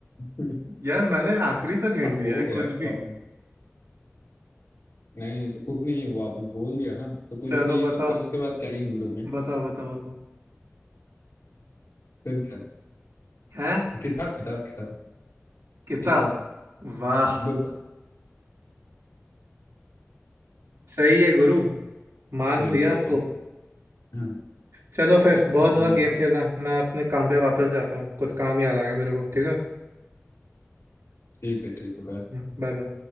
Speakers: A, on the left (about 85°); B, on the right (about 75°).
A: <laughs>
B: यार मैंने आखिरी तक हिंट
A: आप
B: दिया
A: हो
B: है
A: गया
B: कुछ
A: यार
B: भी
A: नहीं तो कुछ नहीं है वो आपने बोल दिया ना तो कुछ
B: चलो
A: नहीं है
B: बताओ
A: तो फिर उसके बाद क्या ही हम लोग हैं
B: बताओ बताओ बताओ
A: फिर क्या
B: है
A: किताब किताब किताब
B: किताब
A: किताब
B: वाह
A: बुक
B: सही है गुरु मान
A: चलिए
B: लिया आपको
A: फिर हाँ,
B: चलो फिर बहुत
A: हम्म,
B: हुआ गेम खेलना मैं अपने काम पे वापस जाता हूँ कुछ काम याद आ गया मेरे को ठीक है
A: ठीक है ठीक है bye।
B: बाय बाय